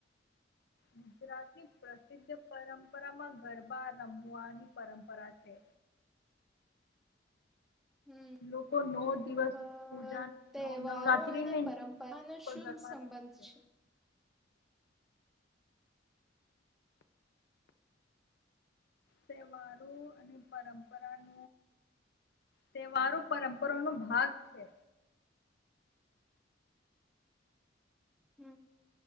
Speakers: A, on the left (about 55°); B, in the centre.
A: ગુજરાતની પ્રસિદ્ધ પરંપરામાં ગરબા રમવાની પરંપરા છે.
B: હમ
A: લોકો નૌ દિવસ
B: અ
A: પૂજા
B: તહેવારો
A: નો નવરાત્રીને
B: અને પરંપરાનો
A: ગરબા
B: શું સંબંધ
A: રમે છે. તહેવારો અને પરંપરા ન તહેવારો પરંપરા ન ભાગ છે.
B: હમ